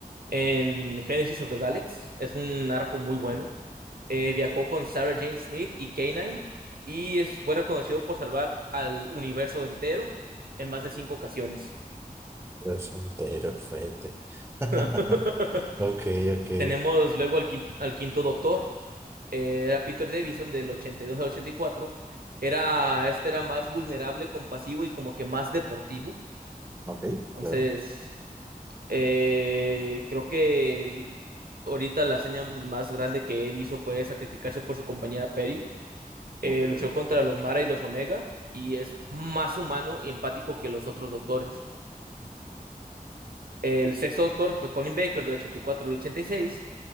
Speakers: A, on the right; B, on the right.
A: en Genesis of the Daleks. Es un arco muy bueno. Eh, viajó con Sarah Jane Smith y K-9 y es, fue reconocido por salvar al universo entero en más de cinco ocasiones.
B: Es entero, fete.
A: <laughs>
B: <laughs> Ok, ok.
A: Tenemos luego al quinto, al quinto Doctor, eh, era Peter Davison del 82 al 84. Era, este era más vulnerable, compasivo y como que más deportivo.
B: Ok,
A: Entonces,
B: claro.
A: eh, creo que Ahorita la seña más grande que él hizo fue sacrificarse por su compañera Perry. Eh,
B: Ok,
A: luchó contra los Mara y los Omega y es más humano y empático que los otros doctores. El sexto doctor fue Colin Baker del 84 al ochenta y seis